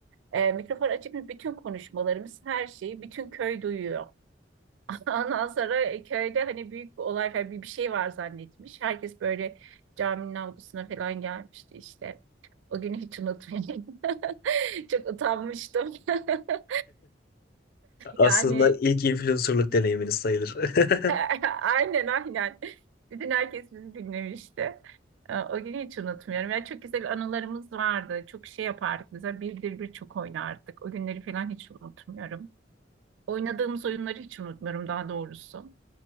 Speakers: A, on the right; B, on the left.
A: E, mikrofon açık mı? Bütün konuşmalarımız, her şeyi bütün köy duyuyor. <laughs> Ondan sonra e, köyde hani büyük bir olay falan bir, bir şey var zannetmiş. Herkes böyle caminin avlusuna falan gelmişti işte. O günü hiç unutmayayım. <laughs> Çok utanmıştım. <laughs>
B: Aslında
A: Yani
B: ilk influencerlık deneyiminiz sayılır.
A: <laughs>
B: <laughs>
A: Aynen aynen. Bütün herkes bizi dinlemişti. Ee, O günü hiç unutmuyorum. Yani çok güzel anılarımız vardı. Çok şey yapardık. Mesela birdir bir çok oynardık. O günleri falan hiç unutmuyorum. Oynadığımız oyunları hiç unutmuyorum daha doğrusu.